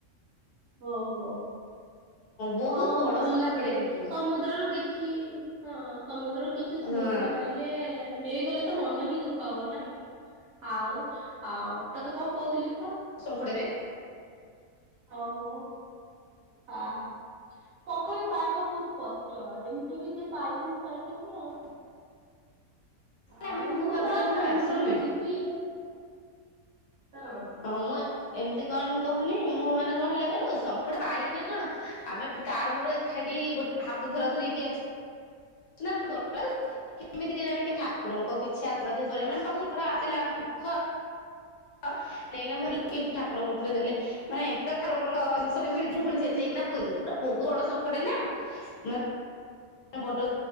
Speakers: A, on the right; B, on the left.
A: ଓହୋ
B: ବହୁତ
A: ହଁ
B: ବଡ
A: ଭଲ
B: ଶଙ୍ଖଟେ
A: ଲାଗେ।
B: କିନ୍ତୁ
A: ସମୁଦ୍ରରୁ କିଛି ହଁ ସମୁଦ୍ରରୁ କିଛି ସ୍ମୃତି
B: ହଁ
A: ପାଇଲେ ନେଇଗଲେ ତ ମନ ହିଁ ଦୁଃଖ ହବ ନା ଆଉ ଅ ତୋତେ କଣ କହୁଥିଲି ତ?
B: ଶଙ୍ଖଟାରେ।
A: ଓହୋ ଆହା ଶଙ୍ଖ ବି ପାଇବା ବହୁତ କଷ୍ ଷ୍ଟ ଏମିତିରେ ବି ଯିଏ ପାଇଚନ୍ତି ପାଇଚନ୍ତି ଆଉ ଆଉ
B: ଆମେ
A: ମୁଁ
B: ଭାବିଲୁ
A: ତ ସମୁଦ୍ରରୁ
B: ନା ଶୁଣୁନେ
A: ଯିବି ଆଁ।
B: ହଁ ମୁଁ ଏମିତି କଣ କହୁନି ମୁଁ ମାନେ କଣ ହେଲା କହିଲ ଶଙ୍ଖଟା ପାଇଲି ବୋଲି କଣ ଆମେ ତାର ମୋର ଏଖାଠି ଗୋଟ ହାତ ଧରା ଧୁରିକି ଅଛ ନାଁ ଆମକୁ ଡର ଲାଗୁଚି। କେମିତି କେଜାଣି କି ଠାକୁରଙ୍କ କିଛି ଆଶୀର୍ବାଦ ହିଁ କରିବା ମାମ୍ ପାଖକୁ ଆସିଲା ଆମେ ମୂର୍ଖ। ହଁ ନେଇକିନା ମୁଁ ଭାବିଲି କି ଠାକୁରଙ୍କ କତିରେ ଦେଲେ। ମାନେ ଏମିତି ଠାକୁରଙ୍କ ଜିନିଷ ଟେ ମିଳିଚି ତୁ ଫୁଣି ନେଇକି ପୁରେଇ ଦଉଚୁ ପୁରା ବହୁତ ବଡ ଶଙ୍ଖଟେ ନା ମାନେ। <inaudible> ବଡ <inaudible>